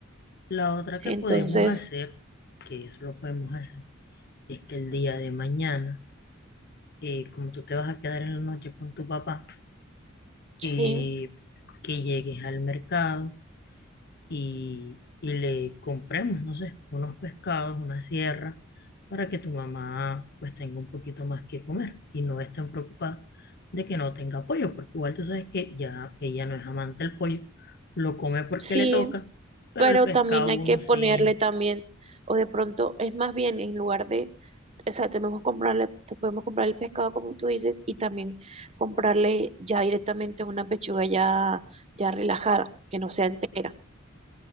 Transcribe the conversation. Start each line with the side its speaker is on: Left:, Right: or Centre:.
Left: La otra
Right: Entonces,
Left: que podemos hacer, que eso lo podemos hacer, es que el día de mañana, eh, como tú te vas a quedar en la noche con tu papá,
Right: sí,
Left: eh, que llegues al mercado y, y le compremos, no sé, unos pescados, una sierra, para que tu mamá pues tenga un poquito más que comer y no esté tan preocupada de que no tenga pollo, porque igual tú sabes que ya ella no es amante del pollo, lo come porque
Right: sí,
Left: le toca, pero
Right: pero
Left: el pescado
Right: también hay
Left: uno
Right: que ponerle
Left: sí,
Right: también, o de pronto es más bien en lugar de, o sea, tenemos que comprarle, te podemos comprar el pescado como tú dices y también comprarle ya directamente una pechuga ya, ya relajada, que no sea entera.